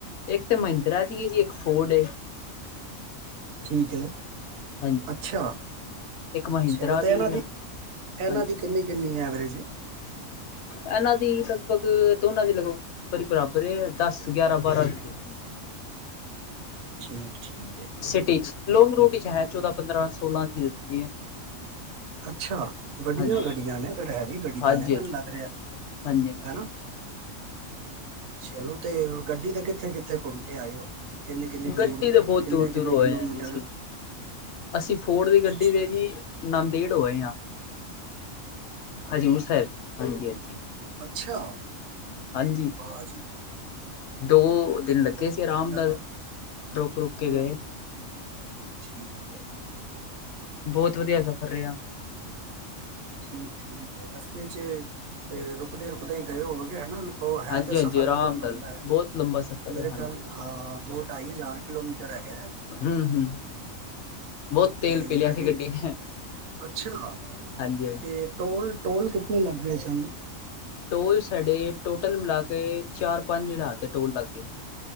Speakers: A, on the left; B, on the right.
A: ਇੱਕ ਤੇ ਮਹਿੰਦਰਾ ਦੀ ਇਹ ਜੀ ਇੱਕ ਫੋਰਡ ਏ।
B: ਠੀਕ ਹੈ।
A: ਹਾਂਜੀ
B: ਅੱਛਾ
A: ਇੱਕ ਮਹਿੰਦਰਾ
B: ਚਲੋ ਤੇ ਇਹਨਾਂ
A: ਹੈ
B: ਦੀ ਇਹਨਾਂ
A: ਹਾਂਜੀ
B: ਦੀ ਕਿੰਨੀ ਕਿੰਨੀ ਐਵਰੇਜ
A: ਇਹਨਾਂ ਦੀ ਲਗਭਗ ਦੋਨਾਂ ਦੀ ਬਰ ਹੀ ਬਰਾਬਰ ਦਸ ਗਿਆਰਾਂ ਬਾਰਾਂਦੀ
B: ਠੀਕ। ਠੀਕ ਹੈ
A: ਸਿਟੀ ਚ ਲੌਂਗ ਰੂਟ ਵਿੱਚ ਹੈ ਚੌਦਾਂ ਪੰਦਰਾਂ ਸੋਲਾਂ ਚ ਦਿੰਦੀ ਹੈ।
B: ਅੱਛਾ ਵੱਡੀਆਂ
A: ਹਾਂਜੀ
B: ਗੱਡੀਆਂ ਨੇ ਫਿਰ ਹੈਵੀ ਗੱਡੀਆਂ
A: ਹਾਂਜੀ
B: ਨੇ ਮੈਨੂੰ
A: ਹਾਂਜੀ
B: ਲੱਗ ਰਿਹਾ
A: ਹਾਂਜੀ ਹਾਂਜੀ
B: ਹਨਾ ਚਲੋ ਤੇ ਗੱਡੀ ਤੇ ਕਿੱਥੇ ਕਿੱਥੇ ਘੁੰਮ ਕੇ ਆਏ ਹੋ ਕਿੰਨੇ ਕਿੰਨੇ
A: ਗੱਡੀ
B: ਦੂਰ
A: ਤਾਂ ਬਹੁਤ
B: ਕਿੰਨੇ
A: ਦੂਰ
B: ਕਿੰਨੇ
A: ਦੂਰ ਹੋਏ
B: ਕਿਲੋਮੀਟਰ
A: ਜੀ ਅਸੀਂ ਅਸੀਂ ਫੋਰਡ ਦੀ ਗੱਡੀ
B: ਅੱਛਾ
A: ਦੇ ਜੀ ਨਦੇੜ ਹੋ ਆਏ ਆ। ਹਾਂਜੀ ਹਜੂਰ ਸਾਹਿਬ ਹਾਂਜੀ ਹਾਂਜੀ।
B: ਅਛਾ
A: ਹਾਂਜੀ
B: ਵਾਹ ਜੀ ਵਾਹ
A: ਦੋ ਦਿਨ ਲੱਗੇ
B: ਬਹੁਤ
A: ਸੀ ਆਰਾਮ
B: ਵਧੀਆ
A: ਨਾਲ
B: ਗੱਲ
A: ਰੁਕ ਰੁਕ ਕੇ
B: ਹੂੰ
A: ਗਏ।
B: ਠੀਕ ਹੈ।
A: ਬਹੁਤ ਵਧੀਆ ਸਫ਼ਰ ਰਿਹਾ।
B: ਠੀਕ ਠੀਕ। ਰਸਤੇ ਚ ਰੁਕਦੇ ਰੁਕਦੇ ਗਏ ਹੋ ਗ ਹਨਾ ਉਹ ਹੈ
A: ਹਾਂਜੀ-ਹਾਂਜੀ
B: ਤੇ ਸਫ਼ਰ
A: ਆਰਾਮ
B: ਬਹੁਤ
A: ਨਾਲ
B: ਲੰਬਾ ਹੈ
A: ਬਹੁਤ ਲੰਬਾ ਸਫ਼ਰ
B: ਮੇਰੇ
A: ਹੈ ਹਾਂਜੀ।
B: ਖਿਆਲ ਹਾਂ ਦੋ ਢਾਈ ਹਜ਼ਾਰ ਕਿਲੋਮੀਟਰ ਹੈਂਗਾ।
A: ਹੂੰ-ਹੂੰ। ਬਹੁਤ ਤੇਲ
B: ਇਹ
A: ਪੀ ਲਿਆ
B: ਗੱਡੀ
A: ਸੀ ਨੇ
B: ਅੱਛਾ
A: ਹਾਂਜੀ-ਹਾਂਜੀ।
B: ਇਹ ਟੋਲ ਟੋਲ ਕਿਤਨੇ ਲੱਗ ਗਏ ਸਨ।
A: ਟੋਲ ਸਾਡੇ ਟੋਟਲ ਮਿਲਾ ਕੇ ਚਾਰ ਪੰਜ ਹਜ਼ਾਰ ਦੇ ਟੋਲ ਲੱਗ ਗਏ ਸੀ।